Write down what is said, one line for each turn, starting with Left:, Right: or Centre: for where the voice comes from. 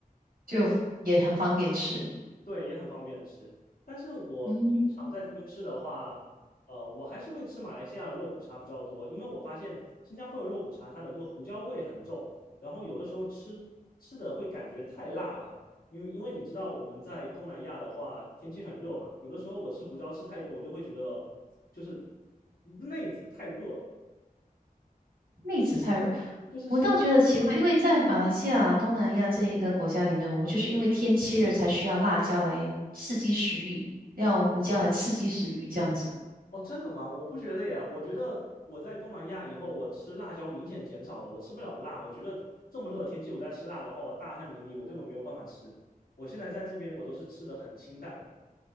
Right: 就也很方便吃。
Left: 对，也很方便吃。但是我平常在这边吃的话，
Right: 嗯，
Left: 呃，我还是会吃马来西亚的肉骨茶比较多，因为我发现新加坡的肉骨茶它的那个胡椒味很重，然后有的时候吃吃的会感觉太辣了，因为因为你知道我们在东南亚的话天气很热嘛，有的时候我吃胡椒吃太多，我就会觉得就是内子太热了，
Right: 妹子菜，
Left: 就是身。
Right: 我倒觉得奇怪，因为在马来西亚、东南亚这一个国家里面，我们就是因为天气热才需要辣椒来刺激食欲，要胡椒来刺激食欲这样子。
Left: 哦，真的吗？我不觉得耶，我觉得我在东南亚以后，我吃辣椒明显减少了，我吃不了辣。我觉得这么热的天气，我再吃辣的话，我大汗淋漓，我根本没有办法吃。我现在在这边，我都是吃的很清淡